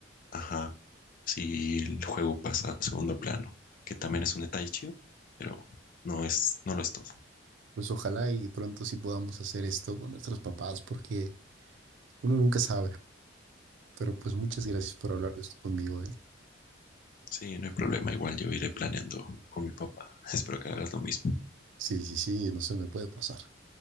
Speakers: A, on the left (about 45°); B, on the right (about 70°).
A: Ajá. Si el juego pasa a segundo plano, que también es un detalle chido, pero no es, no lo es todo.
B: Pues ojalá y pronto sí podamos hacer esto con nuestros papás, porque uno nunca sabe. Pero pues muchas gracias por hablar de esto conmigo, ¿eh?
A: Sí, no hay problema. Igual yo iré planeando con mi papá. <laughs> Espero que hagas lo mismo.
B: Sí, sí, sí, no se me puede pasar.